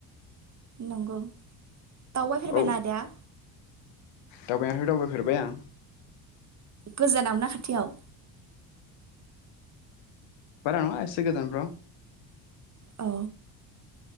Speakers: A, on the right; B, on the left.
A: नंगौ। दावबाय फेरबायना
B: औ
A: आदाया?
B: दावबायनायाथ' दावबायफेरबाय आं।
A: गोजानाव ना खाथियाव?
B: बारा नङा एसे गोजान फ्राव।
A: औ।